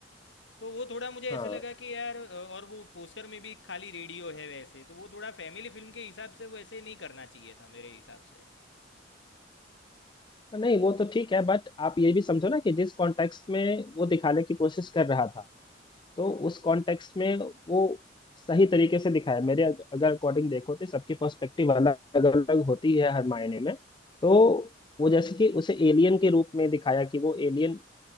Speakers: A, on the left; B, on the left.
A: तो वो थोड़ा मुझे
B: हाँ
A: ऐसे लगा कि यार अ, और वो पोस्टर में भी खाली रेडियो है वैसे तो वो थोड़ा फैमिली फिल्म के हिसाब से वो ऐसे नहीं करना चाहिए था मेरे हिसाब से
B: नहीं वो तो ठीक है बट आप ये भी समझो ना कि जिस कॉन्टेक्स्ट में वो दिखाने की कोशिश कर रहा था तो उस कॉन्टेक्स्ट में वो सही तरीके से दिखाया है। मेरे अग- अगर अकॉर्डिंग देखो तो सबकी पर्सपेक्टिव अलग अलग होती है हर मायने में तो वो जैसे कि उसे एलियन के रूप में दिखाया कि वो एलियन